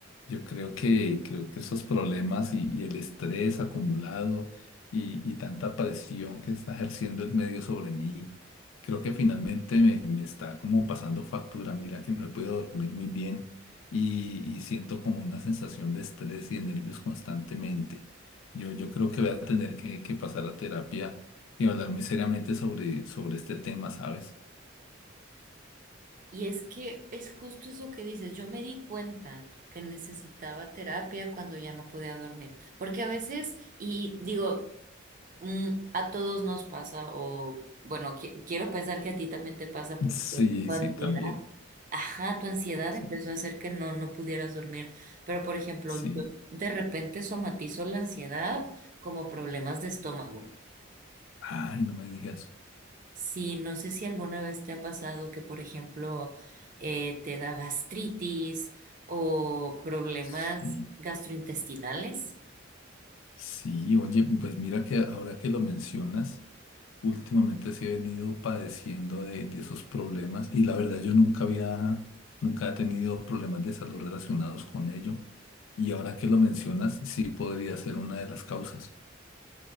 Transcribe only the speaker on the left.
Yo creo que, creo que esos problemas y y el estrés acumulado, y, y tanta presión que está ejerciendo el medio sobre mí, creo que finalmente me, me está como pasando factura. Mira que no he podido dormir muy bien y, y siento como una sensación de estrés y de nervios constantemente. Yo, yo creo que voy a tener que, que pasar a terapia y hablar muy seriamente sobre, sobre este tema, ¿sabes?
Sí,
sí,
también.
Sí,
sí.
Ay, no me digas.
Sí,
sí, oye, pues mira que ahora que lo mencionas, últimamente sí he venido padeciendo de, de esos problemas y la verdad yo nunca había, nunca he tenido problemas de salud relacionados con ello. Y ahora que lo mencionas, sí podría ser una de las causas.